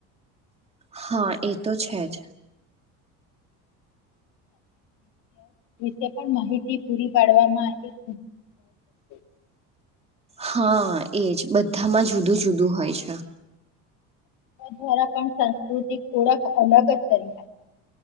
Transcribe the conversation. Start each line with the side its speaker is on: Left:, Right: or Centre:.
Right: હા એ તો છે જ
Left: વિશે પણ માહિતી પૂરી પાડવામાં એક <unintelligible>
Right: હા એજ બધામાં જુદું જુદું હોય છે.
Left: દ્વારા પણ સાંસ્કૃતિક ઓળખ અલગ જ કરી